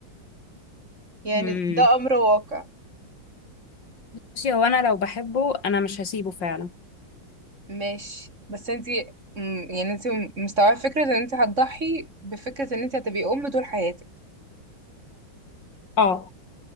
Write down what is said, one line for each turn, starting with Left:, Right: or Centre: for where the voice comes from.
Right: يعني
Left: امم
Right: ده أمر واقع
Left: بصي هو انا لو بحبه انا مش هسيبه فعلا
Right: ماشي بس انتي مم، يعني انتي مستوعبة فكرة ان انتي هتضحي بفكرة ان انتي هتبقي ام طول حياتك
Left: اه